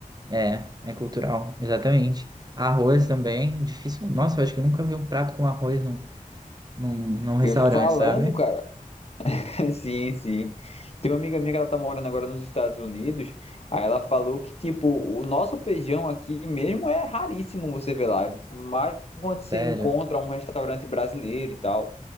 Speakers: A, on the right (about 30°); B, on the left (about 45°).
A: É, é cultural, exatamente. Arroz também, difícil. Nossa, eu acho que eu nunca vi um prato com arroz num, num, num restaurante,
B: E falando,
A: sabe?
B: cara. <laughs> Sim, sim. Tem uma amiga minha que ela tá morando agora nos Estados Unidos. Aí ela falou que, tipo, o nosso feijão aqui mesmo é raríssimo você ver lá. Mas quando você
A: Sério.
B: encontra um restaurante brasileiro e tal.